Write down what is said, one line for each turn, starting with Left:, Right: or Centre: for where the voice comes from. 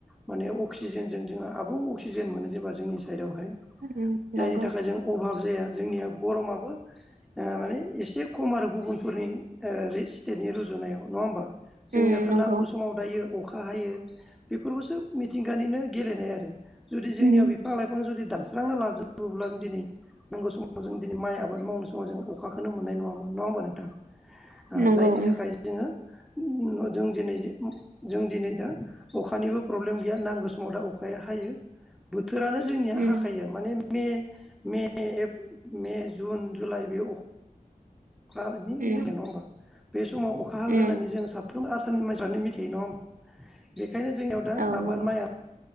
Centre: माने अक्सिजेनजों जोंङो आबुं अक्सिजेन मोनो जेबा जोंनि साइडआवहाय
Right: उम
Centre: जायनि
Right: नंगौ
Centre: थाखाय जों अभाब जाया जोंनिया गरमाबो माने एसे खम आरो गुबुनफोरनि ओ स्टेटनि रुजुनायाव नङा होमबा। जोंनियाथ
Right: उम नंगौ
Centre: नांगौ समाव दायो अखा हायो बेफोरखौसो मिथिंगानिनो गेलेनाय आरो जुदि जोंनियाव
Right: उम
Centre: बिफां लाइफां जुदि दानस्रांना लाजोबोब्ला जों दिनै नांगौ समाव जों दिनै माइ आबाद मावनाय समाव जों अखा खोनो मोननाय नङामोन नङा होमबा नोंथां
Right: नंगौ
Centre: जायनि
Right: उम
Centre: थाखाय जोङो जों दिनै जों दिनै दा अखानिबो प्रब्लेम गैया नांगौ समाव दा अखा अखाया हायो। बोथोरानो जोंनिया
Right: उम
Centre: हाखायो माने मे-मे जुन जुलाइ बे अ अखानि
Right: उम
Centre: नङा होमबा बे समाव अखा हागोनानै
Right: उम
Centre: जों साफ फफ्रोम आसामनि मानसिफ्रानो मिथिायो नङा होमबा बेखायनो जोंनियाव दा
Right: औ
Centre: आबाद
Right: नंगौ
Centre: माइया